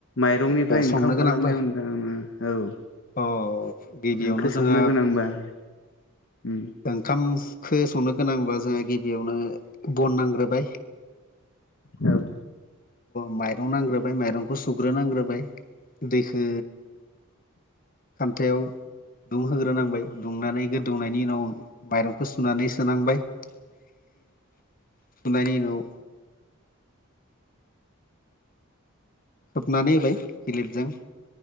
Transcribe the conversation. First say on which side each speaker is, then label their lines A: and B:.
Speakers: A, on the left; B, on the left.
A: माइरंनिफ्राय
B: ओ संनो
A: ओंखाम
B: गोनांब्ला
A: खालामनायाव ओ औ।
B: अ गिबियावनो
A: ओंख्रि संनो
B: जोङो
A: गोनांबा औ
B: ओंखामखौ संनो गोनांब्ला जोंहा गिबियावनो बन नांग्रोबाय।
A: औ
B: माइरं नांग्रोबाय माइरंखौ सुग्रोनांग्रोबाय। दैखो खामथायाव दुंहोग्रोनांबाय दुंनानै गोदौनायनि उनाव माइरंखौ सुनानै सोनांबाय। खांनायनि उनाव होबनानै होबाय गिलिरजों।